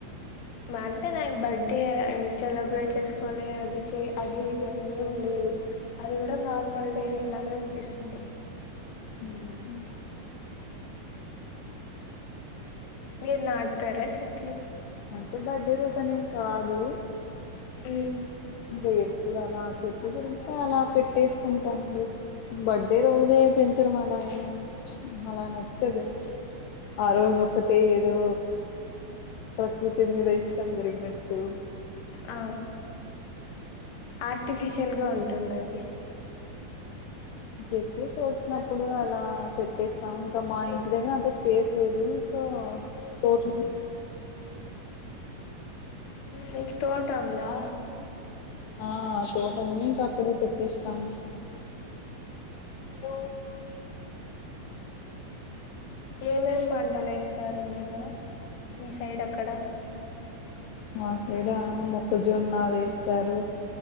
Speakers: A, on the left; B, on the left.
A: అంటే నాక్ బర్త్డే సెలబ్రేట్ చేస్కోవలే అది చే అది ఇది అని ఏం లేదు అది గుడం నార్మల్డే వేలాగా పిస్తుంది.
B: మ్
A: మీర్ నాట్తరా చెట్లు
B: అంటే బర్త్డే రోజనే కా లో
A: మ్
B: బియ్యం ఇప్పుడు అలా చెట్లు దొరింట అలా పెట్టేస్తుంటానండి. బర్త్డే రోజే పెంచడం అలా ఏ అలా నచ్చదు. ఆ రోజు ఒకటి ఏదో ప్రకృతి మీద ఇష్టం పెరిగినట్ టు
A: ఆ ఆర్టిఫిషియల్గా ఉం టున్నది.
B: ఎప్పుడు తోచినప్పుడు అలా పెట్టేస్తాం ఇంకా మా ఇంటి దగ్గర అంత స్పేస్ లేదు సో తోట్లో
A: మీక్ తోట ఉందా
B: ఆ తోట ఉంది. ఇంకా అక్కడే పెట్టేస్తాం. ఓ
A: ఏమేం పంటల్ ఏస్తారు మీరు మీ సైడ్ అక్కడ
B: మా సైడా మొక్కజొన్న వేస్తారు.